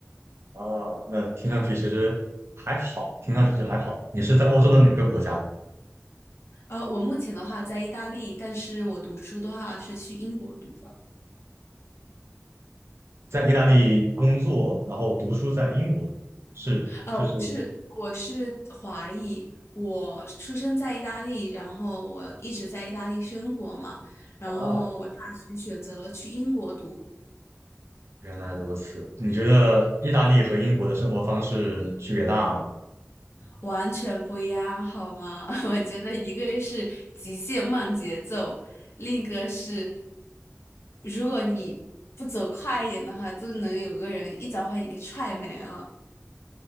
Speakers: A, on the right (about 60°); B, on the left (about 60°).
A: 啊，那听上去其实还好，听上去就还好。你是在欧洲的哪个国家？
B: 呃，我目前的话在意大利，但是我读书的话是去英国读的。
A: 在意大利工作，然后读书在英国，是就是
B: 呃，不是，我是华裔，我出生在意大利，然后我一直在意大利生活嘛，然后我大学选择了去英国读。
A: 啊，原来如此。你觉得意大利和英国的生活方式区别大吗？
B: 完全不一样，好吗？<laughs> 我觉得一个是极限慢节奏，另一个是，如果你不走快一点的话，都能有个人一脚把你给踹没了。